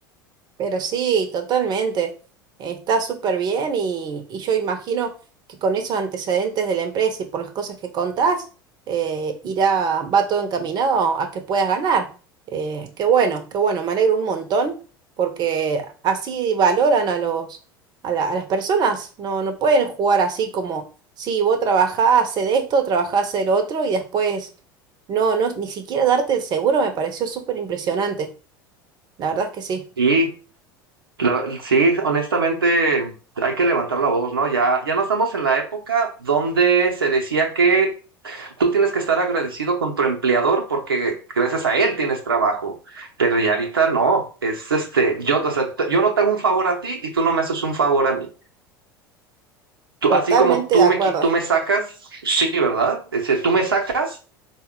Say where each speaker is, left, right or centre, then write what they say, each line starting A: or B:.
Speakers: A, on the right; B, on the right.
A: Pero sí, totalmente. Está súper bien y, y yo imagino que con esos antecedentes de la empresa y por las cosas que contás, eh, irá, va todo encaminado a que puedas ganar. Eh, qué bueno, qué bueno, me alegro un montón porque así valoran a los, a la- a las personas. No, no pueden jugar así como, sí, vos trabajás, hacé esto, trabajás de lo otro y después no, no, ni siquiera darte el seguro me pareció súper impresionante. La verdad es que sí.
B: y La- sí, honestamente, hay que levantar la voz, ¿no? Ya, ya no estamos en la época donde se decía que tú tienes que estar agradecido con tu empleador porque gracias a él tienes trabajo. Pero ya ahorita no, es este, yo, o sea, t- yo no te hago un favor a ti y tú no me haces un favor a mí. Tú-
A: Totalmente
B: así como tú
A: de acuerdo.
B: me, qui- tú me sacas, sí, ¿verdad? Este, tú me sacas.